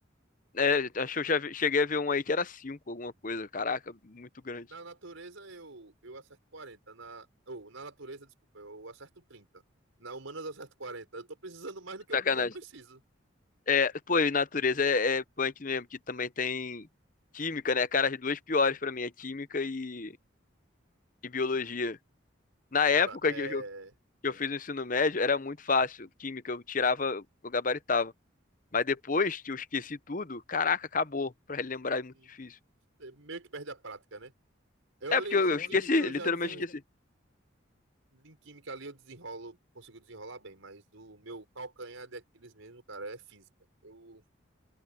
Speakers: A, on the left (about 40°); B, on the right (about 85°).
A: é, acho que eu já vi- cheguei a ver um aí que era cinco, alguma coisa, caraca, muito grande.
B: Na natureza eu, eu acerto quarenta Na, ou, na natureza, desculpa, eu acerto trinta Na humanas eu acerto quarenta Eu tô precisando mais do que eu
A: Sacanagem.
B: não preciso,
A: É, pô, e natureza
B: entendeu?
A: é, é punk mesmo, que também tem química, né? Cara, as duas piores pra mim é química e, e biologia. Na época
B: Cara, é.
A: que eu que eu fiz o ensino médio era muito fácil. Química, eu tirava,
B: tem-
A: eu gabaritava. Mas depois que eu esqueci tudo, caraca, acabou. Pra relembrar é muito
B: tem-
A: difícil.
B: é Meio que perde a prática, né? Eu
A: É
B: ali,
A: porque eu
B: em
A: eu Olha
B: química
A: esqueci,
B: eu
A: que literalmente
B: já desen...
A: coisa. esqueci.
B: Em química ali eu desenrolo, consigo desenrolar bem, mas o meu calcanhar de Aquiles mesmo, cara, é física. Eu...